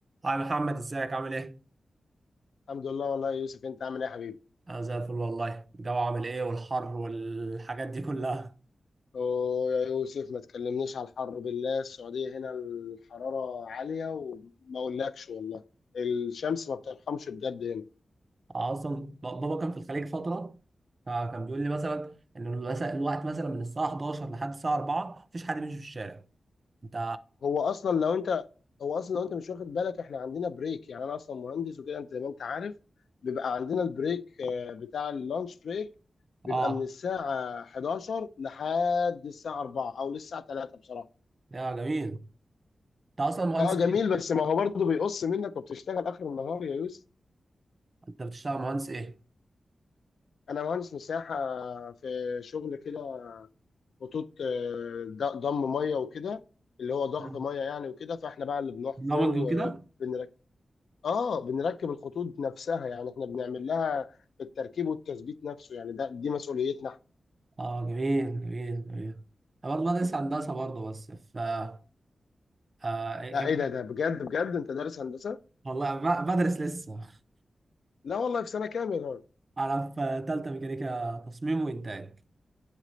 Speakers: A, on the right; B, on the left.
A: هاي محمد ازيك عامل ايه؟
B: الحمد لله والله يا يوسف انت عامل ايه يا حبيبي
A: انا زي الفل والله الجو عامل ايه والحر والحاجات دي كلها
B: ويا يوسف ما تكلمنيش على الحر بالله السعودية هنا الحرارة عالية وما اقولكش والله الشمس ما بترحمش بجد هنا
A: اصلا ب- بابا كان في الخليج فترة فكان بيقول لي مثلا ان المس- الوقت مثلا من الساعة 11 لحد الساعة 4 مفيش حد بيمشي في الشارع انت
B: هو اصلا لو انت هو اصلا لو انت مش واخد بالك احنا عندنا بريك يعني انا اصلا مهندس وكده انت زي ما انت عارف بيبقى عندنا البريك آه، بتاع اللانش بريك بيبقى
A: اه
B: من الساعة 11 لحد الساعة 4 او للساعة 3 بصراحة
A: يا جميل انت اصلا مهندس
B: اه جميل
A: ايه؟
B: بس ما هو برضه بيقص منك وبتشتغل اخر النهار يا يوسف
A: انت بتشتغل مهندس ايه؟
B: انا مهندس مساحه في شغل كده خطوط آه، د- ضم ميه وكده اللي هو ضخ
A: مم.
B: ميه يعني وكده فاحنا بقى اللي بنحفر
A: برامج
B: وبنركب
A: وكده؟
B: اه بنركب الخطوط نفسها يعني احنا بنعمل لها التركيب والتثبيت نفسه يعني ده دي مسؤوليتنا احنا.
A: اه جميل جميل جميل انا برضه بدرس هندسة برضه بس ف آه... إيه-
B: لا
A: إيه-
B: ايه ده ده بجد بجد انت دارس هندسه
A: والله ب- بدرس لسه <laughs>
B: لا والله في سنه كام يا راجل
A: انا في تالتة ميكانيكا تصميم وانتاج